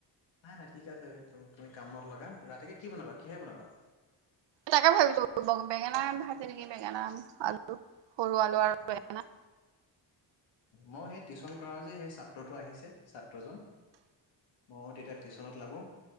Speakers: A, on the left; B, on the right.
A: নাই নাই ঠিক আছে তুমি কামত লগা। ৰাতিকে কি বনাবা কিহে বনাবা?
B: তাকে ভাবিছো বেঙেনা আম ভাইছে নেকি বেঙেনা আম আলু সৰু আলু
A: অ
B: আৰু
A: অ
B: বেঙেনা।
A: মই সেই টিউশ্যন কৰা যে সেই ছাত্ৰটো আহিছে ছাত্ৰজন ময়ো তেতিয়া টিউশ্যনত লাগো